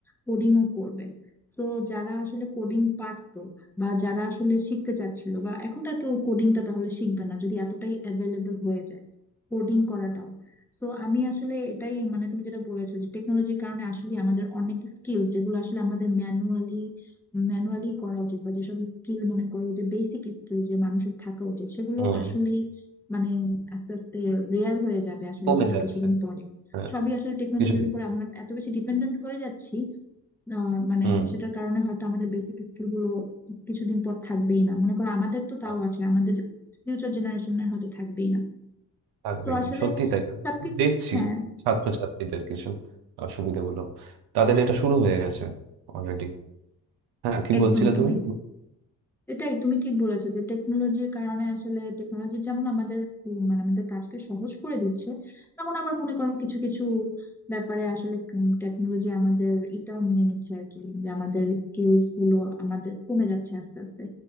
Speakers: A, in the centre; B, on the right.
A: কোডিংও করবে সো যারা আসলে কোডিং পারতো বা যারা আসলে শিখতে চাচ্ছিল বা এখন তার কেউ কোডিংটা তাহলে শিখবে না যদি এতটাই অ্যাভেলেবল হয়ে যায় কোডিং করাটাও সো আমি আসলে এটাই মানে তুমি যেটা বলেছো যে টেকনোলজির কারণে আসলে আমাদের অনেক স্কিলস যেগুলো আসলে আমাদের ম্যানুয়ালি ম্যানুয়ালি করা উচিত বা যেসব স্কিল মনে করো যে বেসিক স্কিল যে মানুষের থাকা উচিত সেগুলো
B: হুম
A: আসলেই মানে আস্তে আস্তে রেয়ার হয়ে যাবে আসলে
B: কমে
A: হয়তো
B: যাচ্ছে
A: কিছুদিন পরে
B: হ্যাঁ
A: সবই আসলে টেকনোলজির
B: কিছুদিন
A: উপর আমরা এত বেশি ডিপেন্ডেন্ট হয়ে যাচ্ছি আহ, মানে
B: হুম
A: সেটার কারণে হয়তো আমাদের বেসিক স্কিল গুলো কিছুদিন পর থাকবেই না মনে করো আমাদের তো তাও
B: আর
A: আছে আমাদের ফিউচার জেনারেশনের হয়তো থাকবেই না
B: থাকবেই
A: সো আসলে
B: না। সত্যি তাই
A: সবকিছু
B: দেখছি
A: হ্যাঁ
B: ছাত্রছাত্রীদের কিছু অসুবিধাগুলো তাদের এটা শুরু হয়ে গেছে অলরেডি হ্যাঁ কি
A: একদম
B: বলছিলে
A: তুমি
B: তুমি
A: এটাই তুমি ঠিক বলেছো যে টেকনোলজির কারণে আসলে টেকনোলজি যেমন আমাদের উম, মানে আমাদের কাজকে সহজ করে দিচ্ছে তেমন আবার মনে করো কিছু কিছু ব্যাপারে আসলে টেকনোলজি আমাদের এটাও নিয়ে নিচ্ছে আর কি যে আমাদের স্কিলস গুলো আমাদের কমে যাচ্ছে আস্তে আস্তে